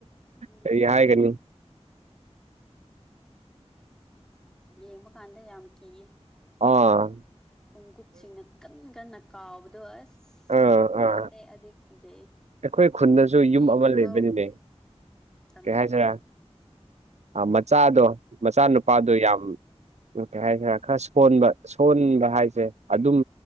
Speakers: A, in the centre; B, on the right (about 85°).
A: ꯎꯝ
B: ꯀꯔꯤ ꯍꯥꯏꯒꯅꯤ
A: ꯌꯦꯡꯕ ꯀꯥꯟꯗ ꯌꯥꯝ ꯀꯤꯌꯦ
B: ꯑꯥꯟ
A: ꯈꯣꯡꯒꯨꯞꯁꯤꯡꯅ ꯀꯟ ꯀꯟꯅ ꯀꯥꯎꯕꯗꯣ ꯑꯁ ꯁꯔꯨꯒꯨꯝꯕ
B: ꯑꯥ ꯑꯥ
A: ꯇꯦꯑꯗꯤ ꯀꯤꯖꯩ
B: ꯑꯩꯈꯣꯏ ꯈꯨꯟꯗꯖꯨ ꯌꯨꯝ
A: ꯌꯦꯡꯕ
B: ꯑꯃ ꯂꯩꯕꯅꯤꯅꯦ
A: ꯐꯥꯎ ꯇꯜꯂꯦ
B: ꯀꯩ ꯍꯥꯏꯁꯤꯔꯥ ꯑꯥ ꯃꯆꯥꯗꯣ ꯃꯆꯥꯅꯨꯄꯥꯥꯗꯣ
A: ꯎꯝ
B: ꯌꯥꯝ ꯎꯝ ꯀꯩ ꯍꯥꯏꯁꯤꯔꯥ ꯈꯔ ꯁꯣꯟꯕ ꯁꯣꯟꯕ ꯍꯥꯏꯁꯦ ꯑꯗꯨꯝ